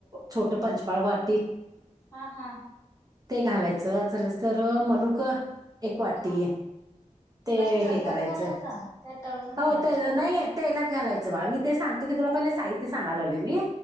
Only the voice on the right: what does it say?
छोट पंचपाळ वाटी
ते घालायचं झालं तर मणुक एक वाटी
आहे ते
हे करायचं
हो तर नाहीय तेलात घालायचं बा मी ते सगतो की तुला पहिला साहित्य सांाय लावले मी